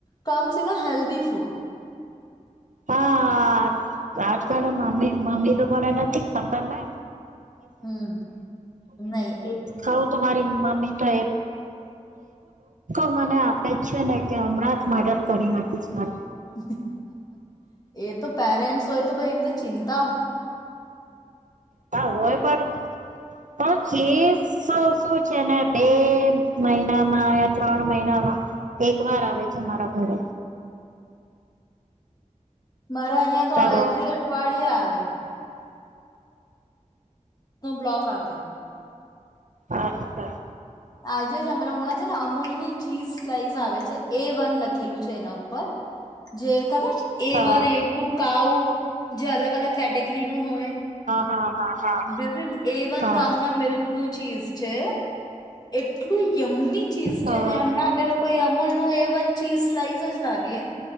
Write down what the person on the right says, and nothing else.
હા આજકાલ મમ્મી મમ્મી તો કોને નથી ખબર ને
<inaudible> તો મારી મમ્મી તો <unintelligible> મને આપે છે ને કે હમણાં જ મર્ડર કરી નાખીસ મારુ
તો હોય પણ પણ ચીસ શું છે ને બે મહિનામાં યા ત્રણ મહિનામાં એક વાર આવે છે મારા ઘરે
ચાલો
અચ્છા.
હા
હા હા હા
હા હા
હા